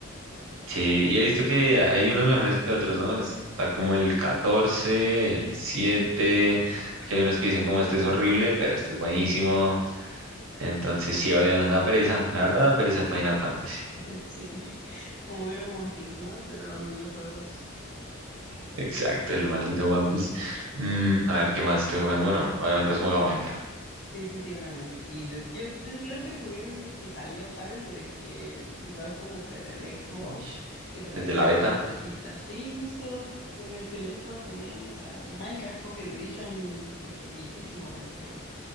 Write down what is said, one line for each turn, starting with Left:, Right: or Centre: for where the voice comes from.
Right: Sí, y he visto que hay unos mejores que otros, ¿no? Está como el catorce el siete porque hay unos que dicen como este es horrible, pero este es buenísimo. Entonces sí, obvio, da pereza, la verdad da pereza el Final Fantasy.
Left: <laughs> Sí, como ver un One Piece, ¿no? Pero en videojuegos.
Right: Exacto, el maldito One Piece. Mm, a ver, ¿qué más estoy jugando? Bueno, obviamente has jugado Minecraft.
Left: Sí, sí, sí, obviamente, sí. De- Yo cre- creo que jugué desde que salió, ¿sabes? De que igual como para el Xbox,
Right: Ish.
Left: que te aparecía
Right: Desde la
Left: la
Right: beta.
Left: pantallita. Sí, justo en el teléfono también, o sea, Minecraft Pocket Edition, de que viejísimo, de que...